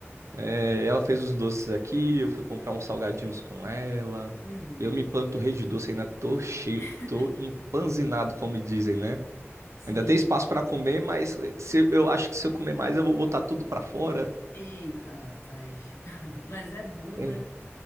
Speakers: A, on the right; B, on the left.
A: É, ela fez os doces aqui, eu fui comprar uns salgadinhos com ela.
B: Uhum.
A: Eu me empanturrei de doce, ainda tô cheio,
B: <laughs>
A: tô empanzinado, como dizem, né?
B: Sim.
A: Ainda tem espaço pra comer, mas se, eu acho que se eu comer mais, eu vou botar tudo pra fora.
B: Eita, rapaz. <laughs> Mas é bom,
A: É.
B: né?